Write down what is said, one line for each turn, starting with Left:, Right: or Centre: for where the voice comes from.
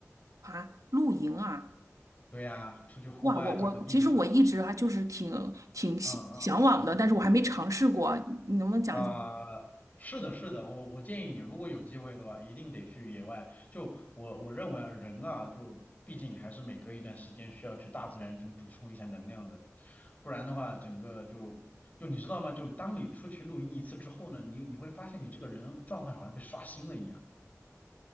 Right: 好啊？露营啊，
Left: 对呀、出去户外找个地方，
Right: 哇，我我其实我一直啊就是挺挺向向往的，
Left: 嗯嗯
Right: 但是我还没尝试过，你能不能讲讲？
Left: 啊，是的，是的，我我建议你，如果有机会的话，一定得去野外。就我我认为啊，人啊，就毕竟还是每隔一段时间需要去大自然中补充一下能量的，不然的话，整个就就你知道吗？就当你出去露营一次之后呢，你你会发现你这个人状态好像被刷新了一样，